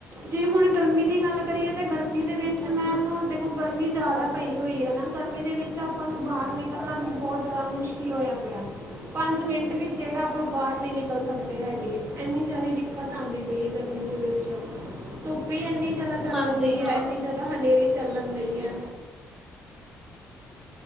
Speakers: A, on the right; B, in the centre.
A: ਜੇ ਹੁਣ ਗਰਮੀ ਦੀ ਗੱਲ ਕਰੀਏ ਤੇ ਗਰਮੀ ਦੇ
B: ਮਿੱਠਾ
A: ਵਿੱਚ
B: ਹੁੰਦਾ
A: ਮੈਮ ਦੇਖੋ ਗਰਮੀ ਜਾਦਾ ਪਈ
B: ਪਾਣੀ
A: ਹੋਈ ਐ ਨਾ ਗਰਮੀ ਦੇ ਵਿੱਚ ਆਪਾਂ ਨੂੰ ਬਾਰ ਨਿਕਲਣਾ
B: ਪਾ
A: ਵੀ
B: ਦੇ
A: ਬੋ ਜਾਦਾ ਮੁਸ਼ਕਿਲ ਹੋਇਆ ਪਿਆ ਪੰਜ ਮਿੰਟ ਵਿੱ ਜੇੜਾ ਆਪਾਂ ਬਾਰ ਨੀ ਨਿਕਲ ਸਕਦੇ ਹੈਗੇ। ਐਨੀ ਜਾਦੇ ਡੀਕਤ ਆਂਦੀ ਪਈ ਐ ਗਰਮੀ ਦੇ ਵਿੱਚ ਧੁੱਪ ਈ ਇੰਨੀ ਜਾਦਾ ਚੱਲਣ
B: ਹਾਂਜੀ
A: ਦਈ
B: ਹਾਂ
A: ਐ, ਐਨੀ ਜਾਦਾ ਹਨੇਰੀ ਚੱਲਣ ਦਈ ਐ।